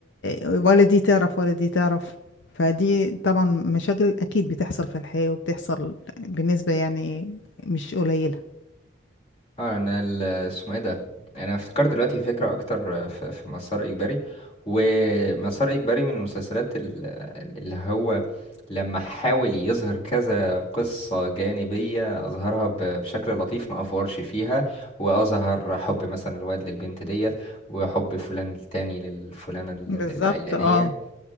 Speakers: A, on the left; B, on the left.
A: ولا دي تعرف ولا دي تعرف فدي طبعا مشاكل أكيد بتحصل في الحياة وبتحصل بنسبة يعني مش قليلة
B: انا ال- اسمه ايه ده يعني انا افتكرت دلوقتي فكره اكتر آه، في, في مسار اجباري ومسار اجباري من المسلسلات ال- ال- اللي هو لما حاول يظهر كذا قصه جانبيه اظهرها ب- بشكل لطيف ما افورش فيها واظهر حب مثلا الواد للبنت ديت وحب فلان التاني للفلانه ال-
A: بالظبط
B: ال- العلانيه
A: اه